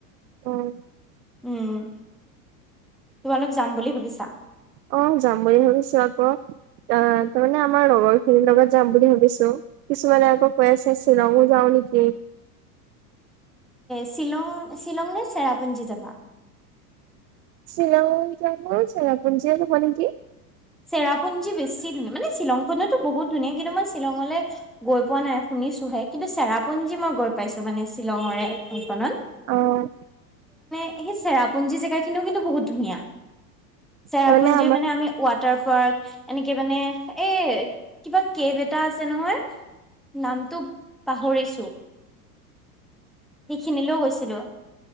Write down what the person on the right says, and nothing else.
অঁ
আহ যাম বুলি ভাবিছো আকৌ আহ তাৰমানে আমাৰ লগৰ খিনিৰ লগত যাম বুলি ভাবিছো কিছুমানে আকৌ কৈ আছে শ্বিলঙো যাওঁ নেকি?
শ্বিলং যাব চেৰাপুঞ্জীউ যাব নেকি
আহ
তাৰমানে আমাৰ